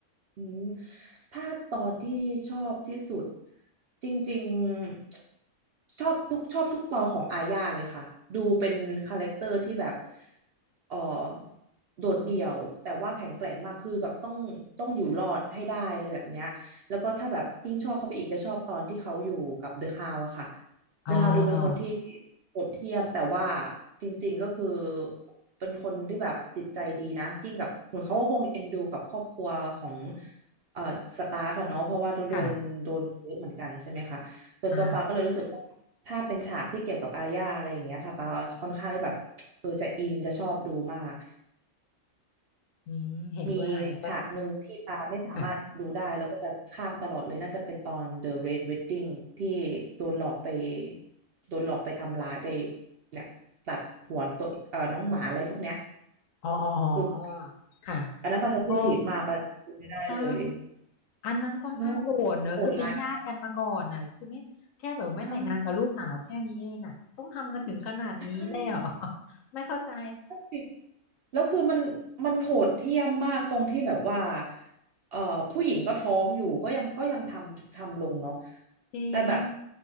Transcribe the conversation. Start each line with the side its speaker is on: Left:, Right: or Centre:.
Right: อืมถ้าตอนที่ชอบที่สุดจริงๆชอบทุกชอบทุกตอนของอาญาเลยค่ะดูเป็นคาแรคเตอร์ที่แบบเออโดดเดี่ยวแต่ว่าแข็งแกร่งมากคือแบบต้องต้องอยู่รอดให้ได้อะไรแบบเนี้ยแล้วก็ถ้าแบบยิ่งชอบเข้าไปอีกจะชอบตอนที่เขาอยู่กับเดอะฮาวอะค่ะ
Left: อ๋ออ๋อ
Right: เดอะฮาวดูเป็นคนที่โหดเหี้ยมแต่ว่าจริงๆก็คือเป็นคนที่แบบจิตใจดีนะยิ่งกับเหมือนเขาก็คงเอ็นดูกับครอบครัวของเอ่อสตาร์กอะเนาะเพราะว่าโดนโดนเยอะเหมือนกันใช่ไหมคะส่วนตัวปาก็เลยรู้สึกว่าถ้าเป็นฉากที่เกี่ยวกับอาญาอะไรอย่างเงี้ยค่ะปาค่อนข้างที่แบบเออจะอินจะชอบดูมาก
Left: ค่ะใช่อืมเห็นด้วยค่ะเห็นด้วย
Right: มีฉากหนึ่งที่ปาไม่สามารถดูได้แล้วก็จะข้ามตลอดเลยน่าจะเป็นตอน
Left: ค่ะ
Right: The Red Wedding ที่โดนหลอกไปโดนหลอกไปทำร้ายไปเนี่ยตัดหัวตัวเอ่อน้องหมาอะไรพวกเนี้ย
Left: อ๋ออ๋ออ๋อ
Right: คือ
Left: ค่ะ
Right: อันนั้นปาเซนซิทีฟมากปาดูไม่ได้เลย
Left: โอ้ใช่อันนั้นค่อนข้างโหดเนอะคือเป็นญาติกันมาก่อนน่ะคือไม่แค่แบบไม่แต่งงานกับลูกสาวแค่นี้เองอ่ะต้องทำกันถึงขนาดนี้เลยเหรอ
Right: เน้อะโหดร้ายมากใช่ใ
Left: <laughs> ไม่เข้าใจ
Right: ช่ แล้วคือมันมันโหดเหี้ยมมากตรงที่แบบว่าเอ่อผู้หญิงก็ท้องอยู่ก็ยังก็ยังทำทำลงเนาะ
Left: จริง
Right: แต่แบบ